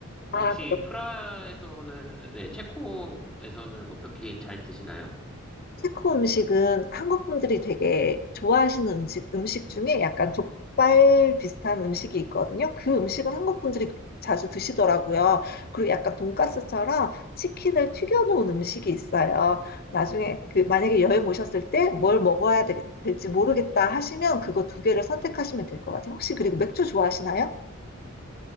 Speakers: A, in the centre; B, on the left.
A: 어,
B: 아,
A: 혹시 프라에서는, 네, 체코에서는 어떻게 잘 드시나요?
B: 체코 음식은 한국 분들이 되게 좋아하시는 음식, 음식 중에 약간 족발 비슷한 음식이 있거든요. 그 음식은 한국 분들이 자주 드시더라고요. 그리고 약간 돈가스처럼 치킨을 튀겨놓은 음식이 있어요. 나중에 그 만약에 여행 오셨을 때 뭘 먹어야 되, 될지 모르겠다 하시면 그거 두 개를 선택하시면 될 것 같아요. 혹시 그리고 맥주 좋아하시나요?